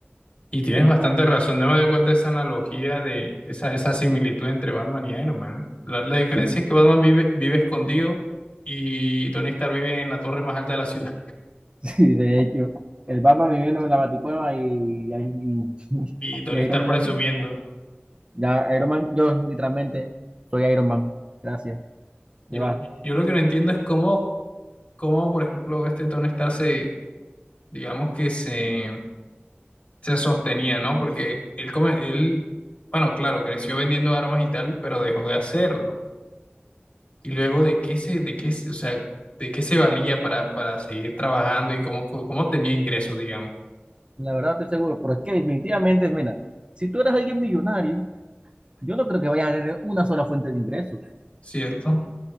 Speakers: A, on the left (about 40°); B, on the right (about 25°).
A: Y tienes
B: quizás
A: bastante
B: <laughs>
A: razón, no me doy cuenta de esa analogía, de esa, esa similitud entre Batman y Iron Man. ¿eh? La, la diferencia es que Batman vive, vive escondido y Tony Stark vive en la torre más alta de la ciudad.
B: sí, de hecho, el Batman viviendo en la Baticueva y, y, <laughs>
A: Y Tony
B: y Iron
A: Stark presumiendo.
B: Man. Ya, Iron Man, yo literalmente soy Iron Man. Gracias,
A: Yo,
B: te vas.
A: yo lo que no entiendo es cómo, cómo, por ejemplo, este Tony Stark se, digamos que se, se sostenía, ¿no? Porque él, come, él, bueno, claro, creció vendiendo armas y tal, pero dejó de hacerlo. Y luego de qué se, de qué, se- o sea, de qué se valía para, para seguir trabajando y cómo, cómo tenía ingresos, digamos,
B: La verdad estoy seguro, pero es que definitivamente, mira, si tú eres alguien millonario, yo no creo que vayas a tener una sola fuente de ingresos.
A: ¿cierto?